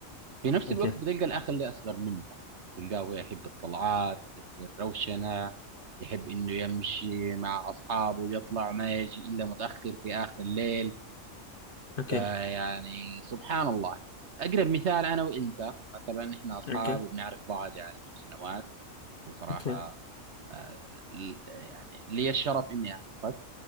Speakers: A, on the right; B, on the left.
A: في نفس
B: اوكي
A: الوقت بتلقى الأخ اللي أصغر منه تلقاه هو يحب الطلعات يحب الروشنة يحب إنه يمشي مع أصحابه يطلع ما يجي إلا متأخر في آخر الليل
B: اوكي
A: فيعني سبحان الله يعني. أقرب مثال أنا وأنت مثلا إحنا أصحاب
B: اوكي
A: وبنعرف بعض يعني من سنوات وصراحة
B: اوكي
A: آه، ل- يعني لي الشرف إني أعرفك